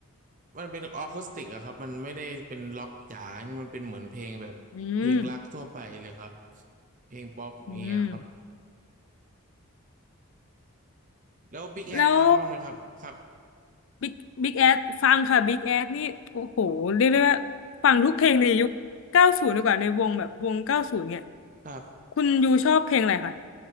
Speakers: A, on the right (about 35°); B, on the left (about 60°).
A: มันเป็นออคูสติกอะครับมันไม่ได้เป็นล็อกจ๋ามันเป็นเหมือนเพลงแบบเพลงรักทั่วไปเลยครับ
B: อืม
A: เพลงป๊อปอย่างเงี้ยครับ
B: อืม
A: แล้วบิ๊กแอดฟังบ้างไหมครับครับ
B: แล้วบิ๊กบิ๊กแอดฟังค่ะบิ๊กแอดนี่โอ้โหเรียกได้ว่าฟังทุกเพลงในยุคเก้าศูนย์ดีกว่าในวงแบบวงเก้าศูนย์เนี่ย
A: ครับ
B: คุณยูชอบเพลงอะไรคะ